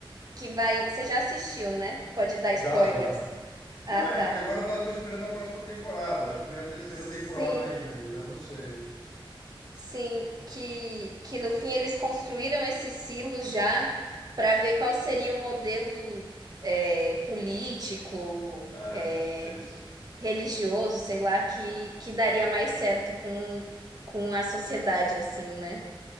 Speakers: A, on the right; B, on the left.
A: que vai, você já assistiu, né? Pode dar
B: Já,
A: spoilers.
B: já.
A: Ah,
B: Não,
A: tá.
B: é, porque agora tá, tô esperando a próxima temporada. Acho que vem a terceira
A: Sim.
B: temporada ainda, então não sei.
A: Sim, que que no fim eles construíram esses silos já para ver qual seria o modelo é, político
B: É,
A: é,
B: é isso.
A: religioso, sei lá, que, que daria mais certo com, com a sociedade, assim, né?